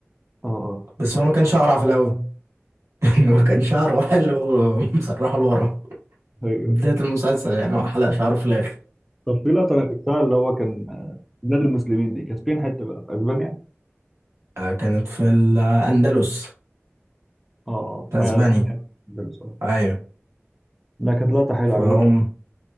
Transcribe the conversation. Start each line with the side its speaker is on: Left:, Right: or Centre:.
Centre: اه اه
Right: بس هو ما كانش اقرع في الاول <laughs> يعني ما كان شعره حلو مسرحه لورا
Centre: أيوه.
Right: بدايه المسلسل يعني هو حلق شعره في الاخر
Centre: طب في لقطة أنا شفتها اللي هو كان آه، بلاد المسلمين دي كانت فين حتة بقى؟ في أسبانيا؟
Right: آه كانت في الاندلس
Centre: اه اه
Right: في
Centre: ما
Right: اسبانيا
Centre: هي أسبانيا ده السؤال
Right: ايوه
Centre: ده كانت لقطة حلوة
Right: فهم
Centre: عجبتني